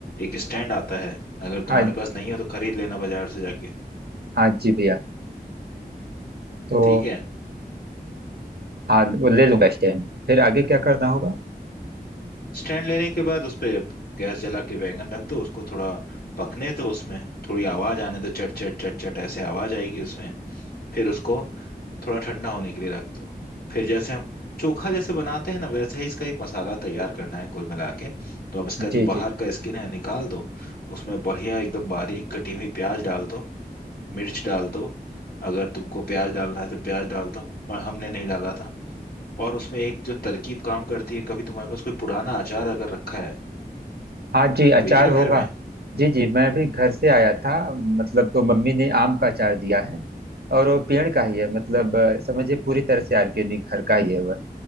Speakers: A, on the left (about 70°); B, on the right (about 75°).
A: एक स्टैंड आता है अगर तुम्हारे
B: हाँ
A: पास नहीं हो तो खरीद लेना बाजार से जाके
B: हाँ जी भैया तो
A: ठीक है
B: हाँ वो ले लूँगा स्टैंड फिर आगे क्या करना होगा
A: स्टैंड लेने के बाद उस पे गैस जला के बैंगन रख दो उसको थोड़ा पकने दो उसमें थोड़ी आवाज आने दो चट चट चट चट ऐसे आवाज आएगी उसमें फिर उसको थोड़ा ठंडा होने के लिए रख दो फिर जैसे हम चोखा जैसे बनाते हैं ना वैसे ही इसका एक मसाला तैयार करना है कुल मिला के तो अब इसका
B: जी
A: जो बाहर
B: जी
A: का स्किन है निकाल दो उसमें बढ़िया एकदम बारीक कटी हुई प्याज डाल दो मिर्च डाल दो अगर तुमको प्याज डालना है तो प्याज डाल दो पर हमने नहीं डाला था और उसमें एक जो तरकीब काम करती है कभी तुम्हारे पास कोई पुराना अचार अगर रखा है
B: हाँ जी अचार
A: कोई है घर
B: होगा
A: में
B: जी जी मैं भी घर से आया था मतलब तो मम्मी ने आम का अचार दिया है और वो पेड़ का ही है मतलब अ, समझिए पूरी तरह से ऑर्गेनिक घर का ही है वह